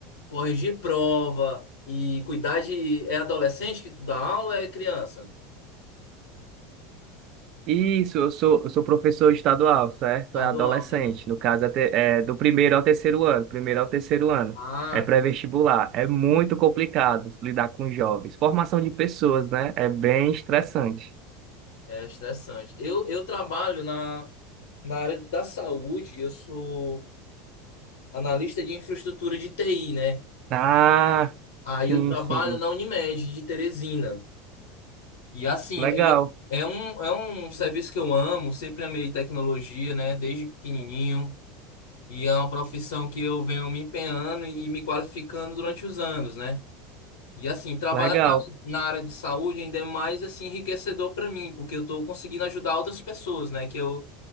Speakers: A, on the left; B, on the right.
A: corrigir prova e cuidar de... É adolescente que tu dá aula ou é criança?
B: Isso, eu sou, eu sou professor estadual, certo?
A: Estadual,
B: É adolescente,
A: né?
B: no caso é, te- é do primeiro ao terceiro ano, primeiro ao terceiro ano.
A: Ah,
B: É pré-vestibular. É muito complicado lidar com jovens. Formação de pessoas, né? É bem estressante.
A: é estressante. Eu, eu trabalho na, na área da saúde, eu sou analista de infraestrutura de TI, né?
B: Ah,
A: Aí
B: sim,
A: eu trabalho
B: sim.
A: na Unimed de Teresina. E assim,
B: Legal,
A: é, é um, é um serviço que eu amo, sempre amei tecnologia, né? Desde pequenininho. E é uma profissão que eu venho me empenhando e me qualificando durante os anos, né? E assim, trabalhar
B: legal.
A: na, na área de saúde ainda é mais assim enriquecedor para mim, porque eu tô conseguindo ajudar outras pessoas, né? Que eu,